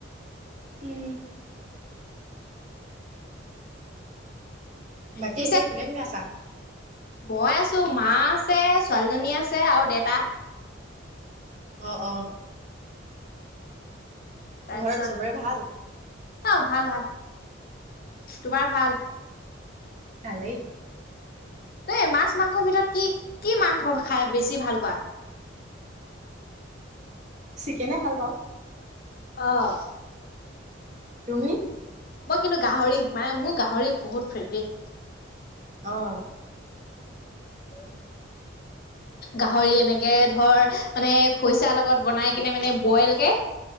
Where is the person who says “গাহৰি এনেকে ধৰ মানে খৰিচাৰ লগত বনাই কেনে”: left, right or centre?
Left